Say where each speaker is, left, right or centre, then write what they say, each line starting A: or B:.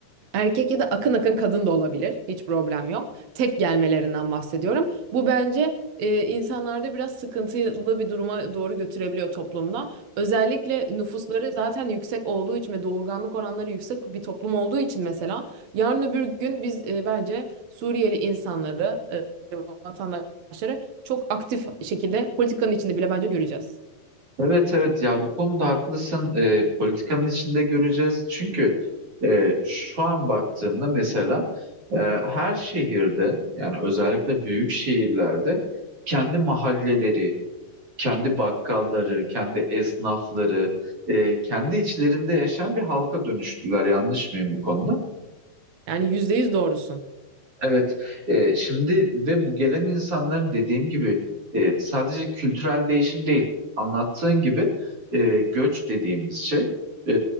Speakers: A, on the right (about 65°); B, on the right (about 35°).
A: Erkek ya da akın akın kadın da olabilir. Hiç problem yok. Tek gelmelerinden bahsediyorum. Bu bence e, insanlarda biraz sıkıntılı bir duruma doğru götürebiliyor toplumda. Özellikle nüfusları zaten yüksek olduğu için ve doğurganlık oranları yüksek bir toplum olduğu için mesela yarın öbür gün biz e, bence Suriyeli insanları, e, vatandaşları çok aktif şekilde politikanın içinde bile bence göreceğiz.
B: Evet evet ya bu konuda haklısın. Ee, politikanın içinde göreceğiz. Çünkü e, şu an baktığımda mesela e, her şehirde yani özellikle büyük şehirlerde kendi mahalleleri, kendi bakkalları, kendi esnafları, e, kendi içlerinde yaşayan bir halka dönüştüler. Yanlış mıyım bu konuda?
A: Yani yüzde yüz doğrusun.
B: Evet, e, şimdi ve bu gelen insanların dediğim gibi e, sadece kültürel değişim değil, anlattığın gibi e, göç dediğimiz şey e,